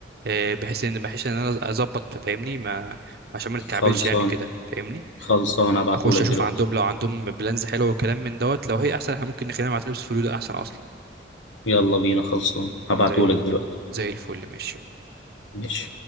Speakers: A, on the right (about 55°); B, on the left (about 80°).
A: آه، بحيث ان بحيث ان انا اظبط فاهمني ما عشان ما نتكعبلش
B: خلصان
A: يعني كده فاهمني
B: خلصان هبعتهولك
A: اخش اشوف
B: دلوقتي
A: عندهم لو عندهم بلانز حلو وكلام من دوت لو هي احسن احنا ممكن نخلينا مع تريبس فور يو ده احسن اصلا
B: يلا بينا خلصان هبعتهولك
A: زي ال-
B: دلوقتي
A: زي الفل ماشي
B: ماشي